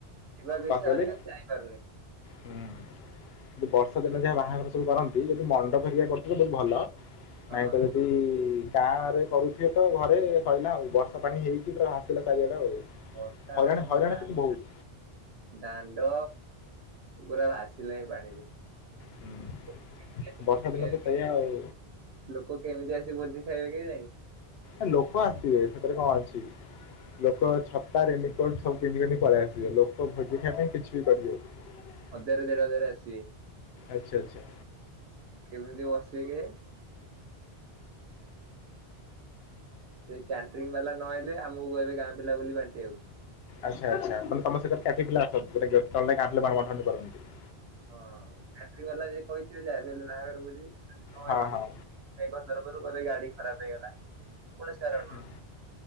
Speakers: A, on the right; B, on the left.
A: ଯିବାକୁ
B: କଣ
A: ଇଚ୍ଛା
B: କହିଲେ?
A: ହଉଛି କିନ୍ତୁ ଯାଇପାରୁନି।
B: ହୁଁ। ଯ ବର୍ଷା ଦିନ ଯାହା ବାହାଘର ସବୁ କରନ୍ତି ଯଦି ମଣ୍ଡପ ହରିକା କରିଥିବେ ଦେନ୍ ଭଲ
A: ହଁ
B: ନାଇଁ ତ ଯଦି ଗାଁରେ କରୁଥିବେ ତ ଘରେ ସଇଲା ଆଉ ବର୍ଷା ପାଣି ହେଇକି ପୁରା ଭାସିଲା ଚାରିଆଡ଼େ ଆଉ
A: ବର୍ଷା
B: ହଇରାଣ
A: ମାନେ
B: ହଇରାଣ
A: ଦା-
B: କିନ୍ତୁ ବହୁତ୍
A: ଦାଣ୍ଡ ପୁରା ଭାସିଲାଣି ପାଣିରେ <unintelligible>
B: ହୁଁ ବର୍ଷା ଦିନ ତ ସେଇଆ ଆଉ
A: ଲୋକ କେମିତି ଆସି ଭୋଜି ଖାଇବେ କେଜାଣି?
B: ଆ ଲୋକ ଆସିବେ ସେଥିରେ କଣ ଅଛି ଲୋକ ଛତା ରେନିକୋଟ୍ ସବୁ ପିନ୍ଧି ପିଧି ପଳେଇ ଆସିବେ ଲୋକ ଭୋଜି ଖାଇବା ପାଇଁ କିଛି ବି କରିବେ <unintelligible>
A: ହଜାର ଦେଢ଼ ହଜାର ଆସିବେ।
B: ଆଚ୍ଛା ଆଚ୍ଛା।
A: କେମିତି ବସିବେ କେଆଣି? ସେଇ କ୍ୟାଣ୍ଟ୍ରି ବାଲା ନଆଇଲେ ଆମକୁ କହିବେ ଗାଁ ପିଲା ବୋଲି ବାଣ୍ଟି ଆକୁ।
B: ଆଚ୍ଛା ଆଚ୍ଛା ତମେ ତମ ସେକରେ କ୍ୟାଫେ <unintelligible>
A: ହଁ କ୍ୟାଣ୍ଟ୍ରି ବାଲା ଯଦି କହିିଥିବେ ଯାହାବି ହେଲେ ବାହାଘର ଭୋଜି ନଆସିବେ
B: ହଁ ହଁ
A: ମେଘ ତରଫରୁ କହିବେ ଗାଡ଼ି ଖରାପ୍ ହେଇଗଲା କୌଣସି କାରଣ
B: ହୁଁ,
A: ରୁ